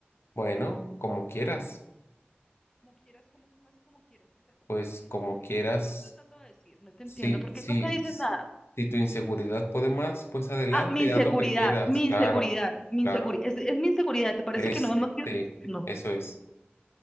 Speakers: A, on the left; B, on the left.
A: bueno, como quieras,
B: Como quieras, como, como así como quieras. O sea,
A: pues
B: ¿qué
A: como quieras,
B: estás tratando de decir? No te
A: sí,
B: entiendo, porque
A: sí,
B: no te dicen nada.
A: si tu inseguridad puede más, pues adelante,
B: Ah, mi inseguridad,
A: haz lo que quieras,
B: mi inseguridad,
A: claro,
B: mi
A: claro,
B: inseguridad. Es, es mi inseguridad, ¿te parece
A: este,
B: que no hemos... No.
A: eso es.